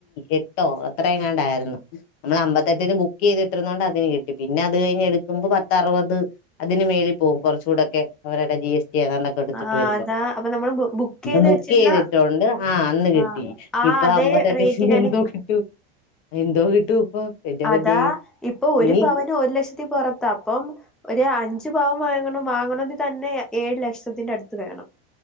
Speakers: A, on the left (about 50°); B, in the centre.
A: എട്ടോ അത്രയുംങ്ങാണ്ടായിരുന്നു നമ്മൾ അമ്പത്തെട്ടിന് ബുക്ക് ചെയ്തിട്ടിരുന്നോണ്ട് അതിന് കിട്ടി പി ന്നത് കഴിഞ്ഞ് എടുക്കുമ്പോ പത്ത അറുപത് അതിന് മേളി പോകും കുറച്ചുടൊക്കെ അവരുടെ ജി എസ് ടി ഏതാണ്ടൊക്കെ എടുത്തിട്ട്
B: ആഹ്
A: വരുമ്പോ
B: അതാ അപ്പൊ നമ്മള് ബു ചെയ്ത്
A: ബുക്ക്
B: വെച്ചിരുന്ന
A: ചെയ്തിട്ടോണ്ട് ആ അന്ന് കിട്ടി
B: ആഹ് ആ
A: ഇപ്പൊ
B: അതേ
A: <unintelligible>
B: റേറ്റിനന്നെ
A: എന്തോ കിട്ടും എന്തോ കിട്ടും എന്റെ പൊന്നേ
B: അതാ ഇപ്പൊ ഒരു
A: ഇനി
B: പവന് ഒരു ലക്ഷത്തി പുറത്താ അപ്പം ഒരു അഞ്ച് പവൻ വാങ്ങണം വാങ്ങണങ്കി തന്നെ ഏഴ് ലക്ഷത്തിന്റെ അടുത്ത് വേണം